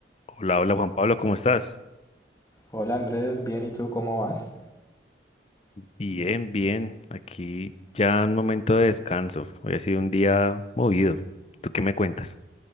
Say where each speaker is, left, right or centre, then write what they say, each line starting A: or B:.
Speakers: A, on the left (about 35°); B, on the left (about 20°).
A: Hola, hola Juan Pablo, ¿cómo estás?
B: Hola Andrés, bien, ¿y tú cómo vas?
A: Bien, bien. Aquí ya un momento de descanso. Hoy ha sido un día movido. ¿Tú qué me cuentas?